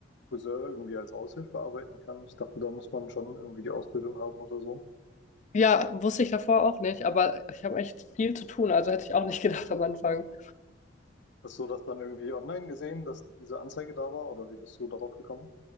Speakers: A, on the left; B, on the left.
A: Friseur irgendwie als Aushilfe arbeiten kann. Ich dachte, da muss man schon irgendwie die Ausbildung haben oder so.
B: Ja, wusste ich davor auch nicht, aber ich habe echt viel zu tun, also hätte ich auch nicht <laughs> gedacht am Anfang.
A: Hast du das dann irgendwie online gesehen, dass diese Anzeige da war oder wie bist du darauf gekommen?